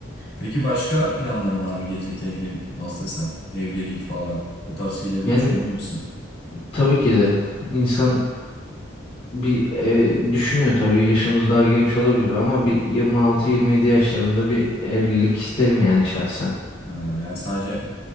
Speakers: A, on the left; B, on the left.
A: Peki başka planların var mı gelecekle ilgili nasıl desem evlilik falan o tarz şeyleri de
B: yani
A: düşünüyor musun?
B: tabii ki de insan bir eee, düşünüyor tabii yaşımız daha genç olabilir ama bir 26-27 yaşlarında bir evlilik isterim yani şahsen.
A: Ha, yani sadece